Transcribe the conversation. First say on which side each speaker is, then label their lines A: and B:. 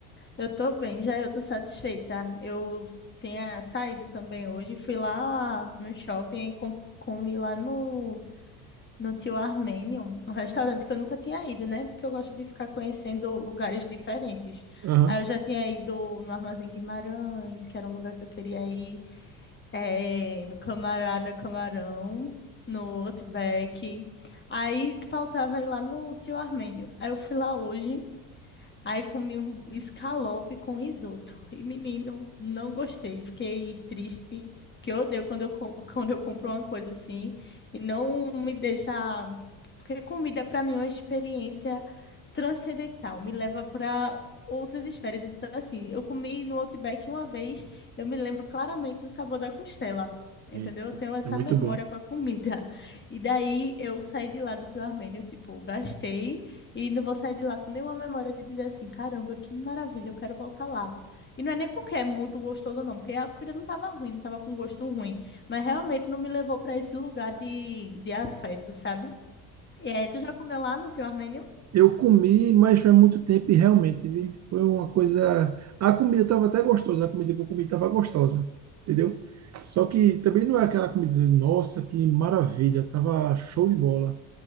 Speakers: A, on the left; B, on the right.
A: eu tô bem, já eu tô satisfeita. Eu tinha saído também hoje, fui lá no shopping e com- comi lá no, no Tio Armênio, um restaurante que eu nunca tinha ido, né? Porque eu gosto de ficar conhecendo lugares diferentes.
B: Aham.
A: Aí eu já tinha ido no Armazém Guimarães, que era um lugar que eu queria ir. É, no Camarada Camarão, no Outback. Aí faltava ir lá no Tio Armênio. Aí eu fui lá hoje. Aí comi um escalope com risoto. E, menino, não gostei. Fiquei triste, porque eu odeio quando eu, com- <laughs> quando eu compro uma coisa assim e não me deixa. Porque comida, para mim, é uma experiência transcendental, me leva para outras esferas. Então, assim, eu comi no Outback uma vez, eu me lembro claramente do sabor da costela. Entendeu?
B: Eita,
A: Eu tenho essa
B: é muito
A: memória
B: bom.
A: com a comida. E daí eu saí de lá do tio Armênio, tipo, gastei. E não vou sair de lá com nenhuma memória de dizer assim, caramba, que maravilha, eu quero voltar lá. E não é nem porque é muito gostoso, não, porque a comida não estava ruim, não estava com gosto ruim. Mas realmente não me levou para esse lugar de, de afeto, sabe? E, é, tu já comeu lá no teu armênio?
B: Eu comi, mas faz muito tempo e realmente, vi. Foi uma coisa. A comida estava até gostosa, a comida que eu comi estava gostosa, entendeu? Só que também não é aquela comida, dizer, nossa, que maravilha, tava show de bola.